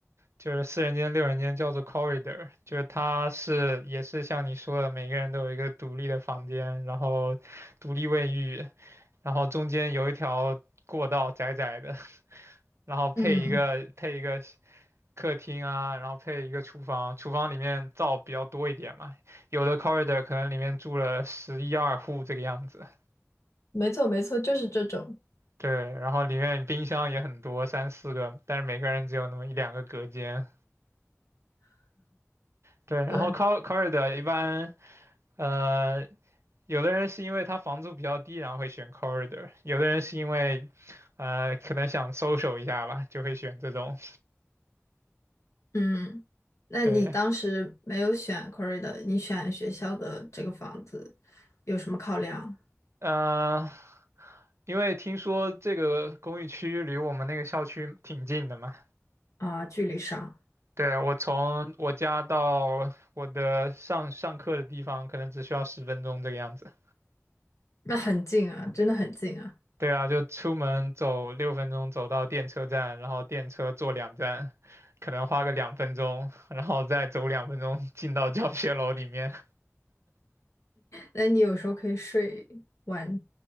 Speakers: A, on the right; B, on the left.
A: 就是四人间、六人间叫做 corridor，就是它是也是像你说的，每个人都有一个独立的房间，然后独立卫浴，然后中间有一条过道窄窄的，<laughs> 然后配一个配一个
B: 嗯，
A: 客厅啊，然后配一个厨房，厨房里面灶比较多一点嘛，有的 corridor 可能里面住了十一二户这个样子。
B: 没错没错，就是这种。
A: 对，然后里面冰箱也很多，三四个，但是每个人只有那么一两个隔间。对，然后
B: 对，
A: cor r i d o r 一般，呃，有的人是因为他房租比较低，然后会选 corridor，有的人是因为，呃，可能想 s o 一下吧，就会选这种。
B: 嗯，那你当时没有选
A: 对，
B: Corrida，你选学校的这个房子有什么考量
A: 呃，因为听说这个公寓区离我们那个校区挺近的嘛。
B: 啊？距离上？
A: 对，我从我家到我的上上课的地方，可能只需要十分钟这个样子。
B: 那很近啊，真的很近啊。
A: 对啊，就出门走六分钟走到电车站，然后电车坐两站，可能花个两分钟，然后再走两分钟进到教学楼里面。
B: 那你有时候可以睡晚